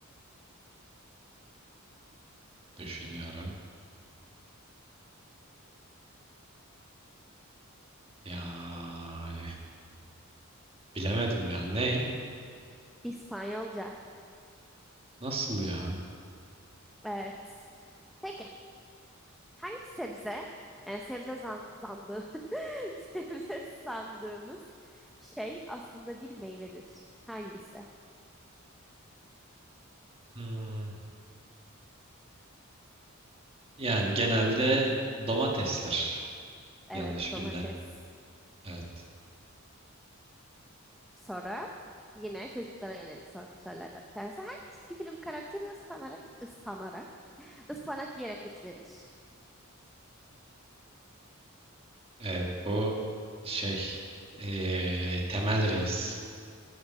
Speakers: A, on the right; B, in the centre.
A: Düşünüyorum. Yani bilemedim ya. Ney?
B: İspanyolca.
A: Nasıl ya?
B: Evet. Peki hangi sebze? Yani sebze zan zandı. <laughs> Sebze sandığımız şey aslında bir meyvedir. Hangisi?
A: Hmm. Yani genelde domatestir.
B: Evet,
A: Yanlış
B: domates.
A: bilinen. Evet.
B: soru. Yine çocuklara yönelik sorduğum sorulardan bir tanesi. Hangi çizgi film karakteri ıspanarak, ıspanarak, <laughs> ıspanak yiyerek güçlenir?
A: Evet bu şey eee, temel reis.